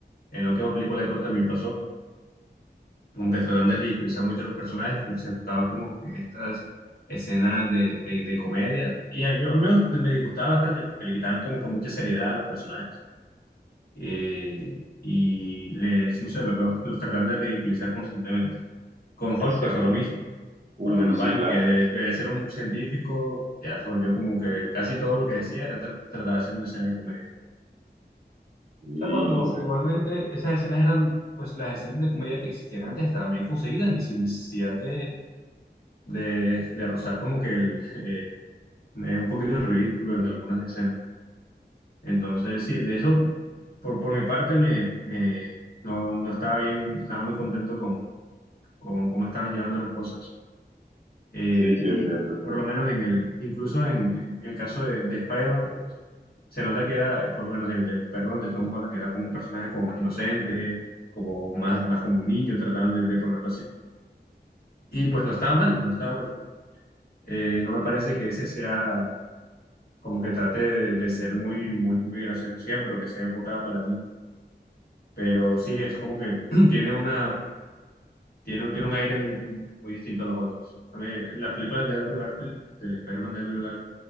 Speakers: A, on the left; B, on the right.
A: En la última película de Thor también pasó, como que tratan de ridiculizar mucho los personajes, cuando se enfocaban como en estas escenas de, de- de comedia. Y a- yo a mí me, me disgustaba bastante porque le quitaban como que mucha seriedad a los personajes. Eh, y les, no sé, lo- lo- los, tratan de ridiculizar constantemente. Con
B: Es
A: Hulk
B: cierto.
A: pasó lo mismo.
B: Uy,
A: Por lo menos
B: sí,
A: Van,
B: la.
A: que debe- debería ser un científico, ya se volvió como que casi todo lo que decía era tra- tratar de hacer una escena de comedia.
B: Y,
A: O sea, cuando
B: y se-
A: igualmente esas escenas eran, pues las escenas de comedia que existían antes estaban bien conseguidas y sin necesidad de, de, de rozar como que el, eh, eh, un poquito el ridículo en algunas escenas. Entonces, sí, de eso, por, por mi parte, me, eh, no, no estaba bien, no estaba muy contento con, con cómo estaban llevando las cosas. Eh,
B: sí, sí,
A: y
B: es cierto, es
A: por
B: cierto.
A: lo menos en el, incluso en, en el caso de, de Spider-Man, pues se nota que era, eh, por lo menos el, el Spider-Man de Tom Holland era como un personaje como más inocente, como más, más como un niño, trataron de, de ponerlo así. Y pues no estaba mal, no estaba mal. Eh, no me parece que ese sea como que trate de, de ser muy, muy, muy gracioso siempre o que sea enfocada para niños. Pero sí, es como que <clears throat> tiene una, tiene, tiene un aire muy, muy distinto a los otros. A mí, las películas de Andrew Garfield, del Spider-Man de Andrew Garfield,